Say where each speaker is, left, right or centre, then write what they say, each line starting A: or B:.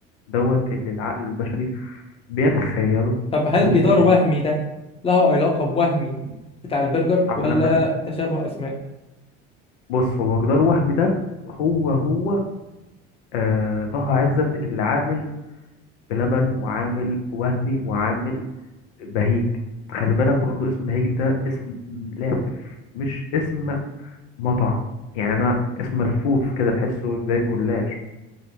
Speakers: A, on the left (about 80°); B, on the left (about 15°).
A: دوت اللي العقل البشري بيتخيله
B: طب هل
A: وبيتعب
B: جدار وهمي ده له علاقه بوهمي بتاع البرجر ولا
A: لبن
B: تشابه اسماء
A: بص هو جدار وهمي ده هو هو آه طه عزت اللي عامل بلبن وعامل وهمي وعامل بهيج خلي بالك برضو اسم بهيج ده اسم لافف مش اسم مطعم يعني انا اسم ملفوف كده تحسه زي الجلاش